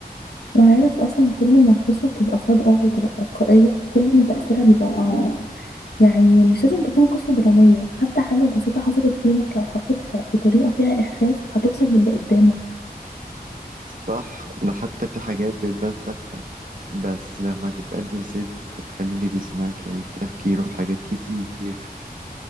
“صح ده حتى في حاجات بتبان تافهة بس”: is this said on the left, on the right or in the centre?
Right